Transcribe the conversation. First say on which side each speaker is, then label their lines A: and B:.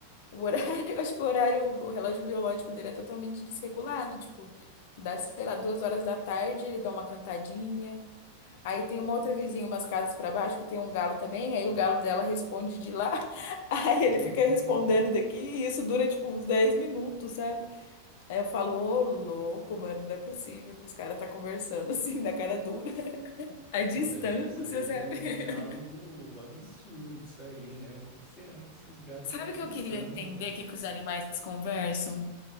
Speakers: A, on the left; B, on the left.
A: O horário, <laughs> eu acho que o horário, o relógio biológico dele é totalmente desregulado. Tipo, dá, sei lá, duas horas da tarde, ele dá uma cantadinha. Aí tem uma outra vizinha, umas casas pra baixo, que tem um galo também. Aí o galo dela responde de lá. <laughs> Aí ele
B: <laughs>
A: fica respondendo daqui. E isso dura, tipo, uns 10 minutos, sabe? Aí eu falo, ô louco, mano, não é possível que os caras tá conversando <laughs> assim, na cara dura. A distância,
B: Pô, deve ter saído
A: sabe?
B: um diálogo absurdo disso aí, né? O que que será que esses
A: <laughs>
B: galos
A: Sabe
B: tá pensando,
A: o que eu queria entender
B: mano?
A: que, que os animais conversam?